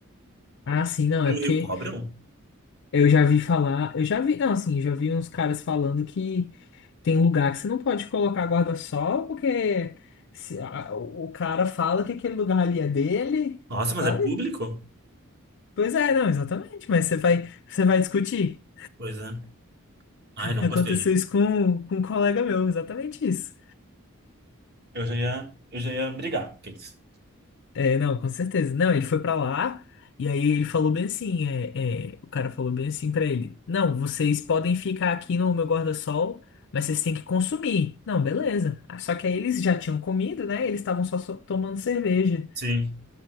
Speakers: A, on the left (about 60°); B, on the right (about 50°).
A: Ah, sim, não,
B: no
A: é porque
B: Rio cobram?
A: eu já vi falar. Eu já vi, não, assim, eu já vi uns caras falando que. Tem lugar que você não pode colocar guarda-sol, porque se, a- o o cara fala que aquele lugar ali é dele,
B: Nossa,
A: sabe?
B: mas é público?
A: Pois é, não, exatamente, mas você vai, você vai discutir.
B: Pois é, ai, não
A: Aconteceu
B: gostei já,
A: isso com, com um colega meu, exatamente isso.
B: eu já ia, eu já ia brigar com eles.
A: É, não, com certeza. Não, ele foi pra lá e aí ele falou bem assim, é, é, o cara falou bem assim pra ele, não, vocês podem ficar aqui no meu guarda-sol, mas vocês têm que consumir. Não, beleza. Ah, Só que aí eles já tinham comido, né? Eles estavam só so- tomando cerveja.
B: Sim,